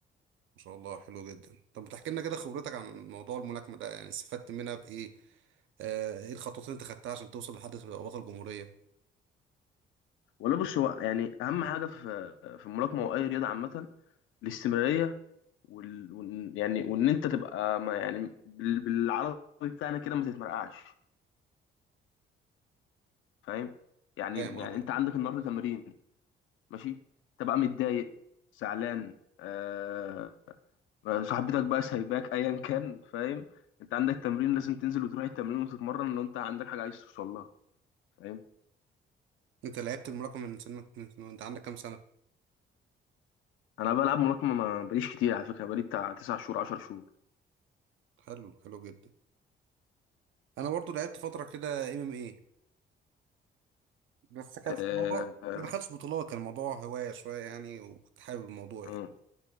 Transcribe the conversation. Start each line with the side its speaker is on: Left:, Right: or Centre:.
Right: ما شاء الله حلو جدا طب بتحكي لنا كده خبرتك عن موضوع الملاكمه ده يعني استفدت منها بايه آه، ايه الخطوات اللي انت خدتها عشان توصل لحد تبقى بطل جمهوريه
Left: والله بص هو يعني اهم حاجه في في الملاكمه واي رياضه عامه الاستمراريه وال... وال... يعني وان انت تبقى ما يعني بال... بالعربي بتاعنا كده ما تتمرقعش فاهم يعني
Right: فاهم اه
Left: يعني
Right: معاك.
Left: انت عندك النهارده تمرين ماشي تبقى متضايق زعلان آه... صاحبتك بقى سايباك ايا كان فاهم انت عندك تمرين لازم تنزل وتروح التمرين وتتمرن لو انت عندك حاجه عايز توصل لها فاهم
Right: انت لعبت الملاكمه من سنك من من- انت عندك كام سنه
Left: انا بلعب ملاكمه ما بقاليش كتير على فكره بقالي بتاع تسع شهور 10 شهور
Right: حلو حلو جدا انا برضو لعبت فتره كده ام ام اي بس كانت
Left: آه...
Right: الموضوع
Left: آه...
Right: ما دخلتش بطولات كان الموضوع هوايه شويه يعني وكنت حابب الموضوع
Left: آه.
Right: يعني